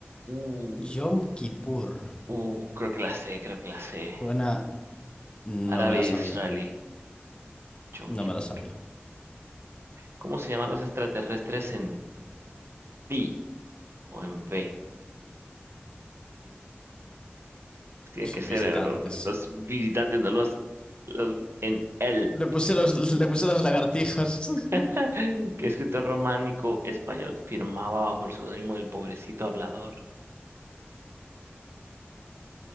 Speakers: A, on the right; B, on the left.
A: Uh,
B: Yom Kippur.
A: uh, creo que la sé, creo que la sé.
B: Suena No
A: Árabe-israelí.
B: me la sabía.
A: Yom
B: No
A: Kippur.
B: me la sabía.
A: ¿Cómo se llaman los extraterrestres en B o en B? Pues Tienen
B: Pf,
A: que ser
B: Visitantes.
A: eh, lo- los visitantes, no los, los en L.
B: Le puse los, le puse los lagartijas. <laughs>
A: <laughs> ¿Qué escritor románico español firmaba bajo el seudónimo del pobrecito hablador?